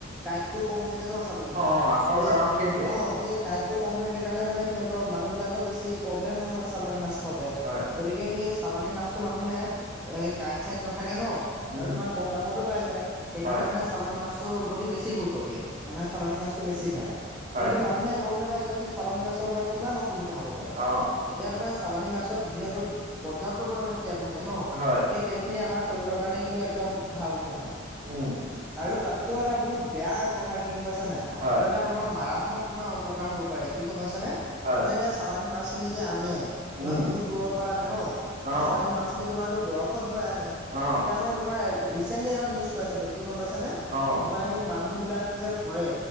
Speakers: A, in the centre; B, on the right.
A: কাঁইটটো কম থাকে ন চালানী মাছৰ
B: অ', আচল
A: সেই
B: কাৰণ সেইটোৱে।
A: অ সেই কাইটো কম থাকে কাৰণে মানে সিহঁতৰ মানুহবিলাকৰ বেছি প্ৰব্লেম নহয় চালানী মাছ খাওতে
B: হয়।
A: গতিকে সেই চালানী মাছটো মানুহে কাইট চাইট নাথাকে ন
B: উম,
A: আৰু তোমাৰ কম দামতো পাই যায়। সেইকাৰণে
B: হয়।
A: মানে চালানী মাছটোৰ প্ৰতি বেছি গুৰুত্ব দিয়ে মানুহে চালানী মাছটো বেছি খায়।
B: হয়।
A: কিন্তু মানুহে গম নাপায় যে সেই চালনী মাছৰ পৰা কিমান অসুবিধা হ'ব পাৰে
B: অ',
A: এতিয়া তোমাৰ চালানী মাছত যিহেতু পৰ্যাপ্ত পৰিমাণে তেল থাকে ন
B: হয়।
A: সেই তেল সেইখিনি আমাৰ শৰীৰৰ কাৰণে কিন্তু একদম ভাল নহয়।
B: উম,
A: আৰু তাতকেও এটা বহুত বেয়া কথা কি গম পাইছা নাই
B: হয়।
A: ত এটা আমাৰ মাৰাত্মক তোমাৰ অপকাৰ হ'ব পাৰে কি গম পাইছানে
B: হয়।
A: তোমাৰ এতিয়া চালানী মাছখিনি যে আনে তোমাৰ
B: উম,
A: বহুত দূৰৰ পৰা আনে ন সেই
B: অ'।
A: চালানী মাছখিনি তোমাৰতো বৰফত ভৰাই আনে।
B: অ'।
A: এতিয়া মই তোমাৰ ৰিচেন্টলি এটা নিউজ পাইছিলো কি গম পাইছানে
B: অ'।
A: তোমাৰ এই মানুহ বিলাক যে। মৰে